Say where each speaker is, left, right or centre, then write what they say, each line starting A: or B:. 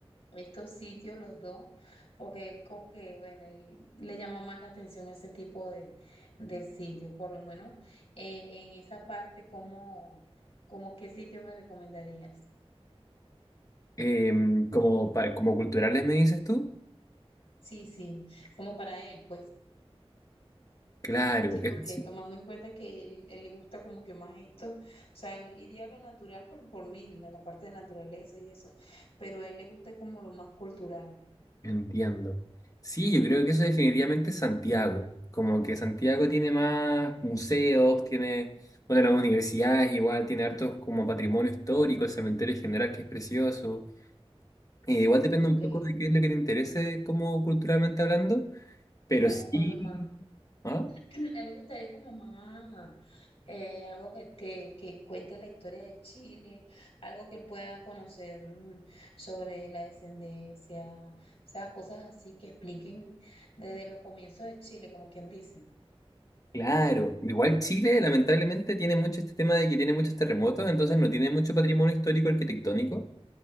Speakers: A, on the left; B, on the left.
A: estos sitios los dos, porque él como que, bueno, él le llama más la atención ese tipo de, de sitios, por lo menos eh, en esa parte, ¿cómo, cómo qué sitio me recomendarías?
B: Em, como, pa- como culturales me dices tú.
A: Sí, sí, como para él, pues,
B: Claro,
A: sí, porque
B: es,
A: tomando en cuenta que él, él le gusta como que más esto, o sea, él iría a lo natural por, por mí, a la parte de naturaleza y eso, pero a él le gusta como lo más cultural,
B: Entiendo. Sí, yo creo que eso definitivamente es Santiago. Como que Santiago tiene más museos, tiene, bueno, las universidades igual, tiene hartos como patrimonio histórico, el cementerio en general que es precioso. Eh, igual depende
A: ok,
B: un poco de qué es lo que te interese como culturalmente hablando, pero
A: bueno,
B: sí,
A: como más.
B: ¿ah?
A: <clears throat> A él le gustaría como más eh, algo que, que, que cuente la historia de Chile, algo que él pueda conocer mm, sobre la descendencia, o sea, cosas así que expliquen desde los comienzos de Chile, como quien dice.
B: Claro. Igual Chile lamentablemente tiene mucho este tema de que tiene muchos terremotos, entonces no tiene mucho patrimonio histórico arquitectónico.